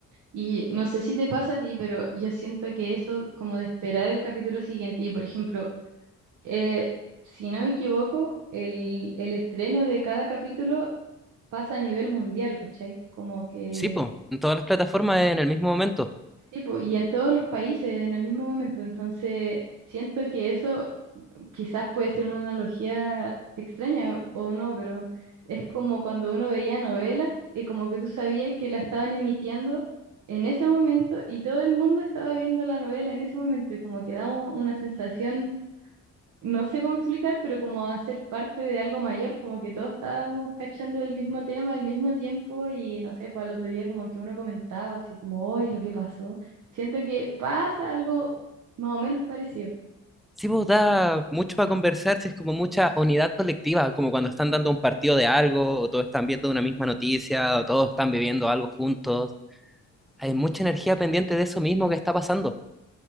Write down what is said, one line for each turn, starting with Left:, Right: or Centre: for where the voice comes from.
Right: y no sé si te pasa a ti, pero yo siento que eso, como de esperar el capítulo siguiente, y por ejemplo, eh, si no me equivoco, el, el estreno de cada capítulo pasa a nivel mundial, ¿cachai? Como que,
Centre: Sí, po, en todas las plataformas en el mismo momento.
Right: sí, po, y en todos los países en el mismo momento, entonces siento que eso quizás puede ser una analogía extraña o no, pero es como cuando uno veía novelas y como que tú sabías que la estaban emitiendo en ese momento y todo el mundo estaba viendo la novela en ese momento y como que da un- una sensación, no sé cómo explicar, pero como a ser parte de algo mayor, como que todos estábamos cachando del mismo tema al mismo tiempo y no sé, pues al otro día como que uno comentaba así como, hoy lo que pasó. Siento que pasa algo más o menos parecido.
Centre: Sí, vos da mucho para conversar, si es como mucha unidad colectiva, como cuando están dando un partido de algo, o todos están viendo una misma noticia, o todos están viviendo algo juntos. Hay mucha energía pendiente de eso mismo que está pasando.